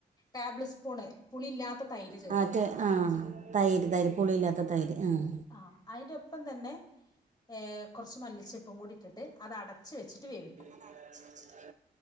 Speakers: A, on the left; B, on the right.
A: ടേബിൾ സ്പൂൺ പുളിയില്ലാത്ത തൈര് ചേർക്കും
B: മറ്റേ ആഹ് തൈര് തൈര് പുളിയില്ലാത്ത തൈര് ആഹ്
A: ആഹ് അയിന്റെ ഒപ്പം തന്നെ ഏഹ് കുറച്ച് മല്ലിച്ചെപ്പും കൂടി ഇട്ടിട്ട് അത് അടച്ച് വെച്ചിട്ട് വേവിക്കും
B: <unintelligible>